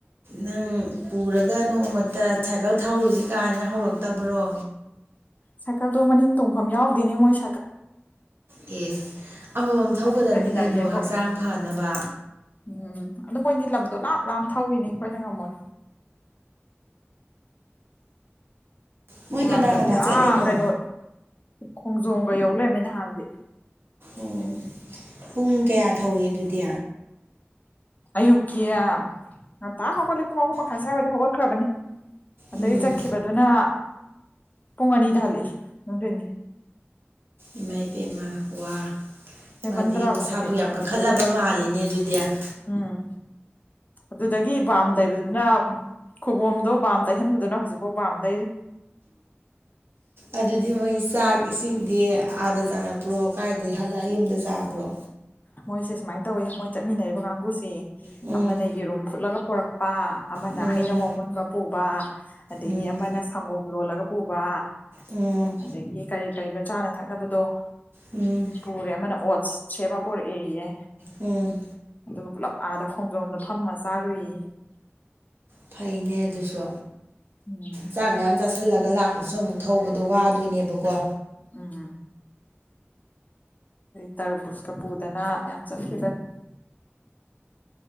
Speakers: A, on the right; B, on the left.
A: ꯅꯪ ꯄꯨꯔꯒ ꯅꯣꯡꯃꯇ ꯁꯥꯏꯀꯜ ꯊꯧꯔꯨꯁꯤ ꯀꯥꯏꯅ ꯍꯧꯔꯛꯇꯕꯔꯣ
B: ꯁꯥꯏꯀꯜꯗꯣ ꯃꯅꯤꯡ ꯇꯣꯡꯐꯝ ꯌꯥꯎꯗꯦꯅꯦ ꯃꯣꯏꯥꯏ
A: ꯑꯦ ꯅꯣꯝ ꯊꯧꯒꯗꯕꯅꯤ
B: ꯃꯅꯤꯡꯗ ꯏꯟꯅꯒꯦꯕꯣ
A: ꯀꯩꯅꯣ ꯍꯛꯆꯥꯡ ꯐꯅꯕ
B: ꯎꯝ ꯑꯗꯨ ꯃꯣꯏꯒꯤ ꯂꯝꯗꯣ ꯂꯥꯞ ꯂꯥꯞ ꯊꯧꯋꯅꯤ ꯑꯩꯈꯣꯏꯅ ꯉꯝꯃꯣꯏ
A: ꯃꯣꯏ
B: ꯅꯍꯥꯟꯒꯗꯤ
A: ꯀꯅꯥ ꯀꯅꯥ ꯆꯠꯂꯤꯅꯣ
B: ꯑꯥ ꯀꯩꯅꯣ ꯈꯣꯡꯖꯣꯝꯒ ꯌꯧ ꯂꯩꯔꯝꯃꯦ ꯅꯍꯥꯟꯗꯤ
A: ꯑꯣ ꯄꯨꯡ ꯀꯌꯥ ꯊꯧꯏꯦ ꯑꯗꯨꯗꯤ
B: ꯑꯌꯨꯛꯀꯤ ꯍꯟꯇꯥ ꯍꯧꯒꯠꯂꯤ ꯄꯨꯡ ꯑꯍꯨꯝ ꯃꯈꯥꯏ ꯁ꯭ꯋꯥꯏꯋꯥꯏꯗ ꯍꯧꯒꯠꯈ꯭ꯔꯕꯅꯤ <inaudible> ꯑꯗꯩ
A: ꯎꯝ
B: ꯆꯠꯈꯤꯕꯗꯨꯅ ꯄꯨꯡ ꯑꯅꯤ ꯍꯥꯑꯣꯖꯤꯀꯇ ꯍꯜꯛꯏ
A: ꯏꯃꯥ ꯏꯕꯦꯝꯃ ꯋꯥ
B: ꯍꯦꯟꯃꯟꯗ꯭ꯔꯕ
A: ꯃꯥꯗꯤ ꯃꯁꯥꯕꯨ
B: ꯑꯗꯨꯗꯤ
A: ꯌꯥꯝ ꯀꯟꯈꯠꯂꯕ ꯃꯥꯜꯂꯤꯅꯦ ꯑꯗꯨꯗꯤ ꯎꯝ <inaudible>
B: ꯎꯝ ꯑꯗꯨꯗꯒꯤ ꯕꯥꯝ ꯇꯩꯕꯗꯨꯅ ꯈꯨꯕꯣꯝꯗꯣ ꯕꯥꯝ ꯇꯩꯍꯟꯕꯗꯨꯅ ꯍꯧꯖꯤꯛꯐꯥꯎ ꯄꯥꯝ ꯇꯩꯔꯤ
A: ꯑꯗꯨꯗꯤ ꯃꯣꯏ ꯆꯥꯛ ꯏꯁꯤꯡꯗꯤ ꯑꯥꯗ ꯆꯥꯔꯛꯄ꯭ꯔꯣ ꯀꯥꯏꯗꯒꯤ ꯍꯜꯂꯛꯑ ꯌꯨꯝꯗ ꯆꯥꯕ꯭ꯔꯣ
B: ꯃꯣꯏꯁꯦ ꯁꯨꯃꯥꯏꯅ ꯇꯧꯋꯦ ꯃꯣꯏ ꯆꯠꯃꯤꯟꯅꯔꯤꯕ ꯀꯥꯡꯒꯁꯦ
A: ꯎꯝ
B: ꯑꯃꯅ ꯌꯦꯔꯨꯝ ꯐꯨꯠꯂꯒ ꯄꯨꯣꯔꯛꯄ ꯑꯃꯅ
A: ꯎꯝ
B: ꯍꯩꯅꯧ ꯑꯃꯨꯟꯕ ꯄꯨꯕ ꯑꯗꯒꯤ
A: ꯎꯝ
B: ꯑꯃꯅ ꯁꯪꯒꯣꯝ ꯂꯣꯜꯂꯒ ꯄꯨꯕ
A: ꯎꯝ
B: ꯑꯗꯒꯤ ꯀꯔꯤ ꯀꯔꯤꯅꯣ ꯆꯥꯅ ꯊꯛꯅꯕꯗꯣ
A: ꯎꯝ
B: ꯄꯨꯔꯦ ꯑꯃꯅ ꯑꯣꯠ ꯁꯦꯝꯃ ꯄꯣꯔꯛꯑꯦꯌꯦ
A: ꯎꯝ
B: ꯑꯗꯨꯒ ꯄꯨꯂꯞ ꯑꯥꯗ ꯈꯣꯡꯖꯣꯝꯗ ꯐꯝꯃ ꯆꯥꯔꯨꯏ
A: ꯐꯩꯅꯦ ꯑꯗꯨꯁꯨ
B: ꯎꯝ
A: ꯆꯥꯛ ꯃꯌꯥꯝ ꯆꯥꯁꯤꯜꯂꯒ ꯂꯥꯛꯄꯗꯨꯁꯨ ꯑꯃꯨꯛ ꯊꯧꯕꯗꯣ ꯋꯥꯗꯣꯏꯅꯦꯕꯀꯣ
B: ꯎꯝ ꯇꯔꯕꯨꯁꯀ ꯄꯨꯗꯅ ꯌꯥꯝ ꯆꯠꯈꯤꯗꯅ